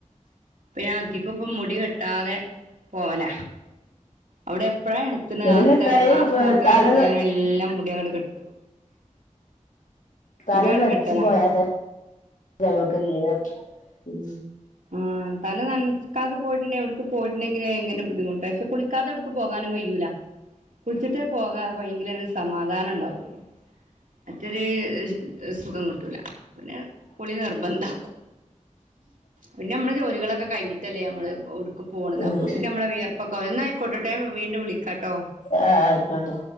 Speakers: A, on the right; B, on the left.
A: പ്പൊ ഞാൻ അധികും ഇപ്പ മുടി കെട്ടാതെ പോവലാ അവിടെ പ്പഴാണത്തിന്
B: മുടി
A: ആ
B: കെട്ടായി
A: സ്ഥലം ആ സ്പോട്ട്
B: തല
A: വെച്ചിട്ട് ഞാൻ വെല്ലേ മുടി അങ്ങട് കെട്ടും
B: തല
A: മുടി അങ്ങട്
B: നനച്ചു
A: കെട്ടലാ
B: പോയാതന്നെ ഞങ്ങക്ക് നീരറങ്ങി ഉം
A: ആ തല നനക്കാതെ പോയിട്ടുണ്ടെ എവിടുക്ക് പോയിട്ടുണ്ടെങ്കിൽ ഭയങ്കര ബുദ്ധിമുട്ട പക്ഷെ കുളിക്കാതെ എവിടുക്ക് പോകാനും കയൂല്ല കുളിച്ചിട്ടേ പോകാ പോയെങ്കിലേ ഒരു സമാധാനം ഉണ്ടാവുള്ളു മറ്റൊര് സുഖം കിട്ടൂല പിന്നെ കുളി നിർബന്ധാ പിന്നെ നമ്മൾ ജോലികളൊക്കെ കിഞ്ഞിട്ടല്ലേ നമ്മൾ എവടക്കും പോണത്
B: ഉം
A: അപ്പോത്തിനും നമ്മളെ വിയർപ്പൊക്കാവൂലെ ന്നായിക്കോട്ടട്ടൊ ഞാൻ വീണ്ടും വിളിക്കാട്ടോ
B: ആഹ് ആയിക്കോട്ടെ